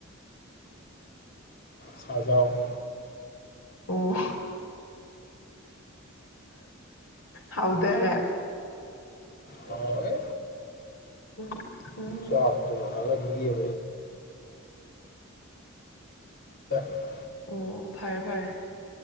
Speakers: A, on the left; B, on the left.
A: ꯁꯥꯖꯥꯎ <inaudible>
B: ꯑꯣ <inaudible> ꯍꯥꯎꯗꯔꯦ
A: ꯍꯥꯎꯋꯦ
B: ꯎꯝ ꯎꯝ
A: ꯁꯣꯇꯅꯥꯟꯂ ꯌꯂꯤꯌꯥ <inaudible> <unintelligible>
B: ꯑꯣ ꯐꯔꯦ ꯐꯔꯦ